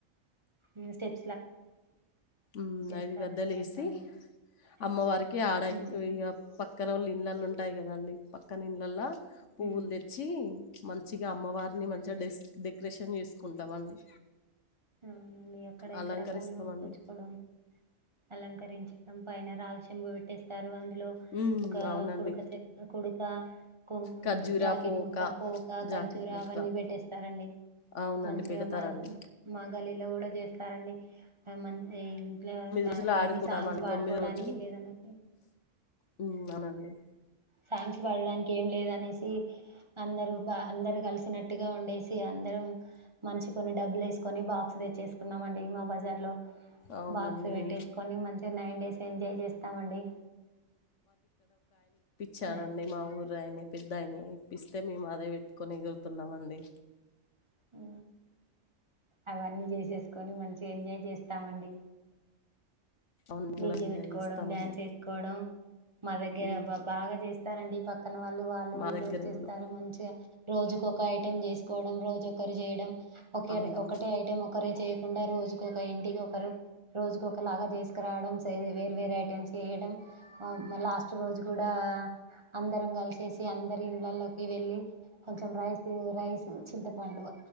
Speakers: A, on the right; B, on the left.
A: ఉమ్ స్టెడ్
B: ఉమ్
A: చేస్తారండి
B: ఐదు గద్దలు వేసి
A: అట్లానే
B: అమ్మవారికి ఆడ
A: ఉమ్
B: ఇక పక్క పక్కనోళ్ళ ఇళ్ళలు ఉంటాయి గదండి పక్కన ఇళ్ళల్ల పువ్వుల్
A: ఉమ్
B: దెచ్చి మంచిగా అమ్మవారిని మంచిగా
A: ఉమ్
B: డెస్ డెకరేషన్ చేసుకోం దవండి
A: అవునండి అక్కడ
B: అలంకరిస్తామండి.
A: ఇక్కడ పో పూలు కోసుకొచ్చుకోవడం అలంకరించు సం పైన రాలు చెంబు పెట్టేస్ సారు అందులో
B: హ్మ్.
A: ఒక
B: అవునండి.
A: కుడుక చె కొడు కా కొంగు
B: ఖర్జూర
A: జాకెట్
B: పోక,
A: ముక్క, పోక, ఖర్జూర
B: జాకెట్ ముక్క
A: అవన్నీ పెట్టేస్తారండి
B: అవునండి.
A: మంచిగా
B: పెడతారండి.
A: మనగూ. మా గల్లీలో కూడా చేస్తారండి మేమం ఇంట్లో
B: రోజులు ఆడుకుంటామండి.
A: ఏమి సాంగ్స్ వాడుకోవడానికి
B: రోజులు
A: లేదనేసి
B: హ్మ్. అవునండి.
A: సాంగ్స్ పాడడానికి ఏం లేదనేసి, అందరు అందరు కలిసినట్టుగా ఉండేసి, అందరం మంచి కొన్ని డబ్బులు వేసుకొని బాక్స్ తెచ్చేసుకున్నాము అండి మా బజార్ లో
B: అవునండి
A: బాక్స్ పెట్టేసుకొని
B: మీ
A: మంచి నైన్ డేస్ ఎంజాయ్ చేస్తామండి
B: చాలా
A: న-
B: అండి మా ఊర్రాయిని పెద్దాయిని ఇప్పిస్తే మేము అదే పెట్టుకొని ఎగురుతున్నాం అండి
A: హు అవన్నీ చేసేసుకొని మంచిగా ఎంజాయ్ చేస్తామండి
B: అవును మేము
A: డిజే
B: కూడా ఎంజాయ్
A: పెట్టుకోవడం
B: చేస్తామండి
A: డ్యాన్స్ వేసుకోవడం మా దగ్గరవ్వ
B: ఉమ్,
A: బాగా చేస్ స్తారండి పక్ పక్కన వాళ్ళు వాళ్ళు
B: మా
A: వీళ్ళు
B: దగ్గర
A: వచ్చేస్తారు
B: కూడా
A: మంచిగా రోజుకు ఒక ఐటెం చేసుకోవడం రోజు ఒకరు చేయడం డం ఒక
B: అవునండి
A: ఒకటే ఐటం ఒకరే చేయకుండా రోజుకు ఇంటికి ఒకరు రోజుకు ఒకలాగా చేసు రావడం వేరు వేరు ఐటమ్స్ వేయడం మరి లాస్ట్ రోజు కూడా అందరం కలిసేసి అందరి ఇళ్ళల్లోకి వెళ్ళి కొంచెం రైస్ రైస్ చింతపండు